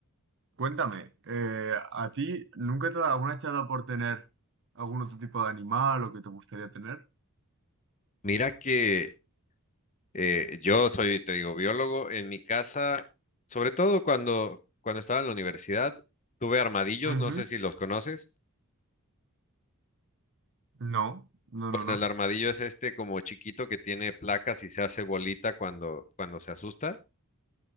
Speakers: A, on the right; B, on the left.
A: cuéntame, eh, ¿a ti nunca te, ha- dado- alguna vez te ha dado por tener algún otro tipo de animal o que te gustaría tener?
B: Mira que eh, yo soy, te digo, biólogo. En mi casa, sobre todo cuando, cuando estaba en la universidad, tuve armadillos,
A: Ujú,
B: no sé si los conoces.
A: No, no,
B: Bueno,
A: no, no.
B: el armadillo es este como chiquito que tiene placas y se hace bolita cuando, cuando se asusta.